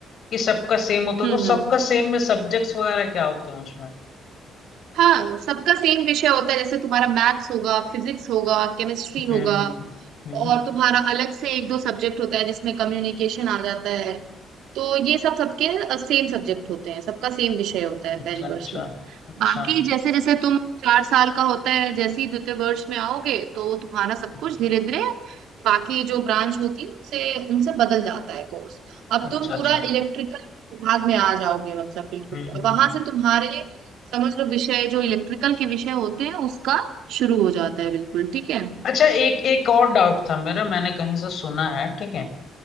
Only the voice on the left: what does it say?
कि सबका सेम होता है
तो
सबका सेम में सब्जेक्ट्स वगैरह क्या होते हैं उसमें
हम्म
हम्म हम्म,
अच्छा
अच्छा
अच्छा
हम्म,
अच्छा
अच्छा
हम्म
हम्म,
हम्म।
अच्छा एक एक और डाउट था मेरा मैंने कहीं से सुना है ठीक है